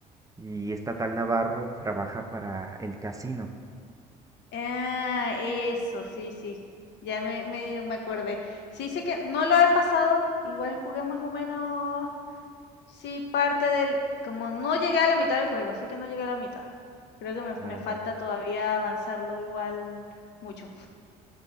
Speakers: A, on the right; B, on the left.
A: Y esta tal Navarro trabaja para el casino.
B: Ah, eso, sí, sí. Ya me medio me acordé. Sí, sé que no lo he pasado. Igual jugué más o menos. Sí, parte del. Como no llegué a la mitad del juego. Sé que no llegué a la mitad. Creo que me,
A: Ah,
B: me falta
A: ya,
B: todavía avanzarlo igual mucho.